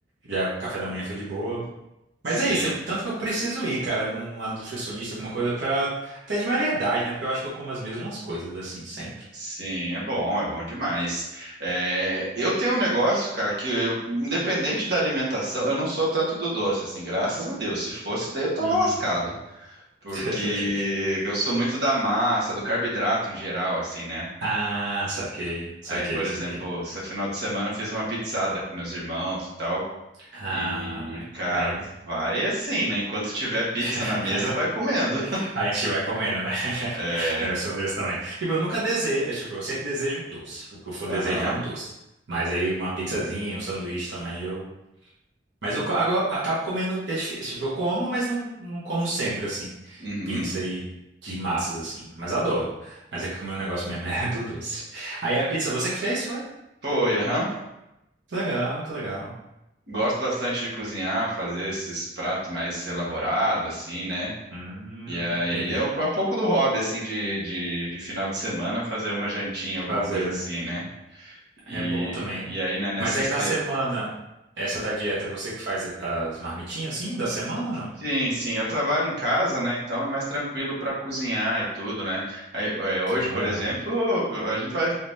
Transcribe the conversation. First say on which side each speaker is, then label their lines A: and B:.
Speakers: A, on the right (about 85°); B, on the right (about 65°).
A: já o café da manhã foi de boa.
B: Sim,
A: Mas é isso, eu- tanto que eu preciso ir, cara, numa nutricionista, alguma coisa pra. Até de variedade, né? Porque eu acho que eu como as mesmas coisas, assim, sempre.
B: sim, é bom, é bom demais. É, eu tenho um negócio, cara, que eu, independente da alimentação, eu não sou tanto do doce, assim, graças a Deus. Se fosse, daí eu tava
A: Uhum.
B: lascado. Porque
A: <laughs>
B: eu sou muito da massa, do carboidrato em geral, assim, né?
A: Ah, saquei, saquei,
B: Aí, por
A: saquei.
B: exemplo, esse final de semana eu fiz uma pizzada com meus irmãos e tal.
A: Ah,
B: E, cara,
A: aí,
B: vai assim, né? Enquanto tiver pizza
A: <laughs>
B: na mesa, vai comendo. <laughs>
A: a gente vai comendo, né? <laughs>
B: É,
A: Eu sou desse também. Tipo, eu nunca desejo, tipo, eu sempre desejo doce. O que eu for desejar
B: aham,
A: é um doce. Mas aí uma pizzazinha, um sanduíche também eu. Mas eu ca- agora acabo comendo, é difícil. Tipo, eu como, mas não, não como sempre, assim.
B: uhum,
A: Pizza e de massas, assim. Mas adoro. Mas é que o meu negócio mesmo <laughs> é do doce. Aí a pizza você que fez, foi?
B: foi, aham.
A: Que legal, que legal.
B: Gosto bastante de cozinhar, fazer esses pratos mais elaborados, assim, né?
A: Hum,
B: E aí
A: entendi.
B: é um, é um pouco do hobby, assim, de, de, de final de semana, fazer uma jantinha, alguma
A: Fazer,
B: coisa assim,
A: né?
B: né?
A: É
B: E,
A: bom também.
B: e aí, né, nessa
A: Mas aí
B: este-
A: na semana, essa da dieta, você que faz as marmitinhas assim da semana, ou não?
B: Sim, sim, eu trabalho em casa, né? Então é mais tranquilo para cozinhar e tudo, né? Aí, é, hoje,
A: Ah,
B: por
A: legal.
B: exemplo, a gente vai,